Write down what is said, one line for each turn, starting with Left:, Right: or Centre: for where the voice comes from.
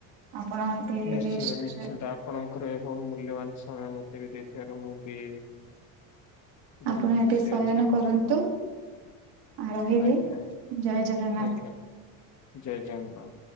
Right: ଆପଣ ଏବେ
Left: ନିଶ୍ଚିନ୍ତ
Right: ରେଷ୍ଟ
Left: ନିଶ୍ଚିନ୍ତ ଆପଣଙ୍କର ବହୁ ମୂଲ୍ୟବାନ ସମୟ ମତେ ବି ଦେଇଥିବାରୁ ମୁଁ ବି ବହୁତ
Right: ଆପଣ
Left: ଖୁସି
Right: ଏବେ ସୟନ
Left: ଅଛି ଏବଂ
Right: କରନ୍ତୁ। ଆଉ ରହିଲି
Left: ଆଜ୍ଞା
Right: ଜୟ ଜଗନ୍ନାଥ।
Left: ଆଜ୍ଞା ଜୟ ଜଗନ୍ନାଥ।